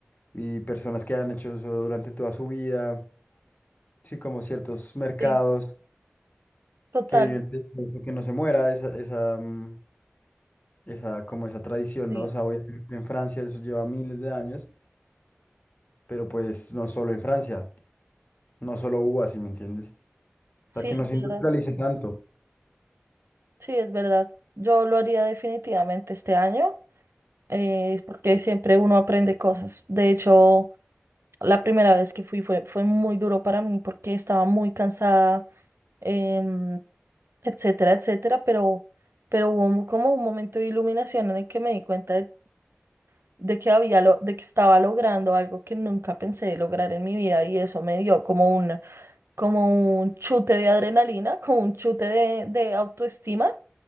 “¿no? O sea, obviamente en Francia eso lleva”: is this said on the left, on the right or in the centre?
Left